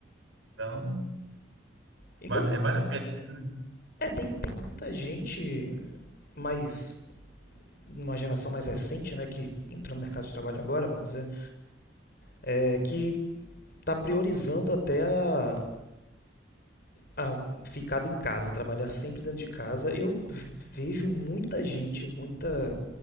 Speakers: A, on the right (about 90°); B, on the left (about 55°).
A: Então,
B: Então
A: vale, vale a pena, assim, né?
B: É, tem, tem muita gente mais. numa geração mais recente, né? Que entrou no mercado de trabalho agora, vamos dizer. É, que está priorizando até a, a ficada em casa, trabalhar sempre dentro de casa. Eu vejo muita gente, muita,